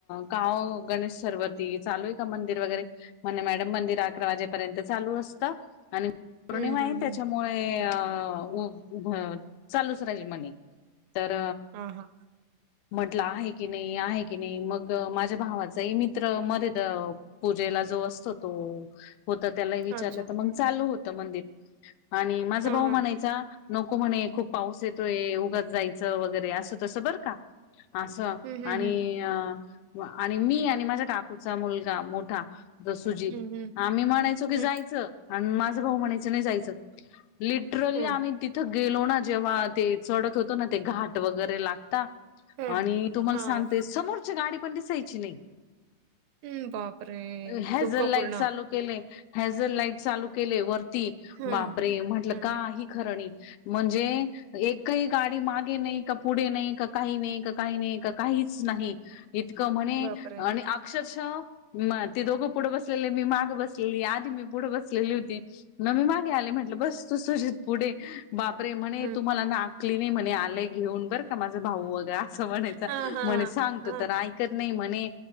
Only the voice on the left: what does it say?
का हो गणेश सर वरती चालू आहे. का मंदिर वगैरे. म्हण मॅडम मंदिर अकरा वाजेपर्यंत चालू असतं. आणि पौर्णिमा
आहे, त्याच्यामुळे
अ उभ चालूच राहील, म्हणे तर
म्हंटलं आहे की, नाही आहे की नाही, मग माझ्या भावाचाही मित्र मध्येेत. पूजेला जो असतो. तो होता त्याला विचारलं,
तर मग चालू होतं मंदिर. आणि माझं
भाऊ
म्हणायचा नको, म्हणे खूप पाऊस येतोय उगाच जायच. वगैरे अस तस बर का, असं
आणि
आणि मी आणि माझ्या काकूचा मुलगा मोठा सुजित.
आम्ही म्हणायचो की
जायचं आणि माझं भाऊ म्हणायचं नाही जायचं. लिट ट्रली
आम्ही तिथं गेलो ना जेव्हा ते चढत होतो ना ते घाट वगैरे लागता,
आणि तुम्हाला
सांगते समोर ची गाडी पण दिसायची नाही,
हेजल
लाईट
चालू केले. हेझल लाईट चालू केले वरती,
बाप रे म्हटल
काही खरं नाही. म्हणजे एकही गाडी मागे नाही, का पुढे नाही, का काही, नाही का काही नाही का, काहीच नाही. इतकं म्हणे
आणि अक्षरशः मग ती दोघं पुढं बसलेले, मी माग बसलेली आधी मी पुढे बसलेली होती. मग मी माग आले म्हटलं, बस तू सुजित पुढे बाप प्रेमाने
तुम्हाला ना आकली नाही म्हणे आलंय घेऊन बर का माझं भाऊ वगैरे असं म्हणायचं,
म्हणे सांगतो
तर ऐकत नाही म्हणे.